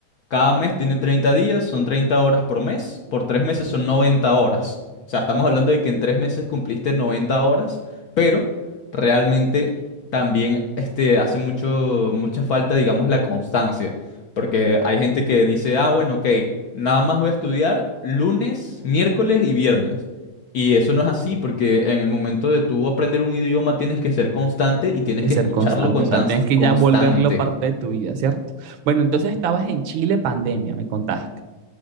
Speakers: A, on the left; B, on the right.
A: cada mes tiene 30 días, son 30 horas por mes, por tres meses son 90 horas. O sea, estamos hablando de que en tres meses cumpliste 90 horas, pero realmente también este, hace mucho, mucha falta, digamos, la constancia, porque hay gente que dice, ah, bueno, ok, nada más voy a estudiar lunes, miércoles y viernes. Y eso no es así, porque en el momento de tú aprender un idioma tienes que ser constante y tienes
B: que
A: que
B: ser
A: escucharlo
B: constante,
A: con
B: o sea,
A: tan-
B: tienes que
A: constante.
B: ya volverlo parte de tu vida, ¿cierto? Bueno, entonces estabas en Chile, pandemia, me contaste.